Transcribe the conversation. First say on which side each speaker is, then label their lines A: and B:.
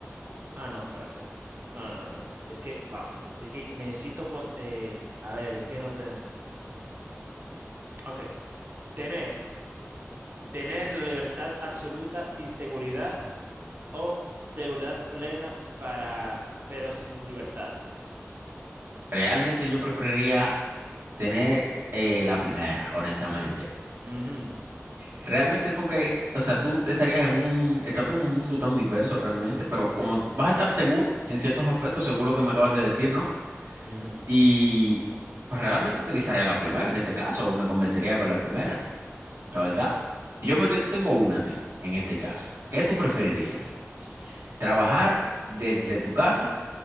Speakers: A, on the right; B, on the right.
A: Ah, no, espérate. No, no, no, espérate. Es que, wow. Es que necesito con, eh, a ver, es que no tengo. Ok. Tener, tener la libertad absoluta sin seguridad o seguridad plena para, pero sin libertad.
B: Realmente yo preferiría tener eh, la primera, honestamente.
A: Ujú,
B: Realmente es porque, o sea, tú te estarías en un, estás en un mundo tan diverso realmente, pero como vas a estar seguro en ciertos aspectos, según lo que me acabas de decir, ¿no?
A: ujú.
B: Y pues realmente utilizaría la primera en este caso, me convencería con la primera. La
A: Ok,
B: verdad. Yo, me, yo te tengo una a ti, en este caso. ¿Qué tú preferirías? ¿Trabajar desde tu casa